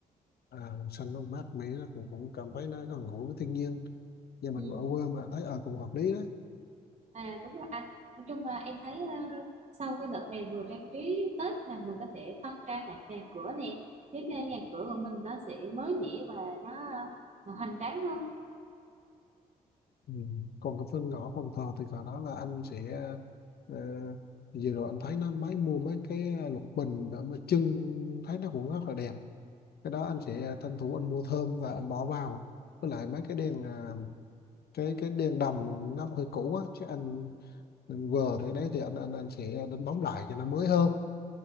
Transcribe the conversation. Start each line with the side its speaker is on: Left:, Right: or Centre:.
Left: à, màu xanh nó mát mẻ nó cũng, cũng cảm thấy nó gần gũi với thiên nhiên nhà mình
Right: ừ.
Left: ở quê mà thấy ờ cũng hợp lý đó
Right: à đúng rồi anh nói chung là em thấy ờ, sau cái đợt này vừa trang trí Tết mà mình có thể tăng trang lại nhà cửa nè giúp cho nhà cửa của mình nó sẽ mới mẻ và nó ờ, hoành tráng hơn
Left: Ừ. Còn cái phần ngõ phòng thờ thì cả đó là anh sẽ ờ, vừa rồi anh thấy nó mấy mua mấy cái ờ, lục bình để mà trưng thấy nó cũng rất là đẹp cái đó anh sẽ ờ, tranh thủ anh mua thơm và anh bỏ vào với lại mấy cái đèn à, cái cái đèn đồng nó hơi cũ á chứ anh, anh vừa tới đấy thì anh anh anh sẽ đánh bóng lại cho nó mới hơn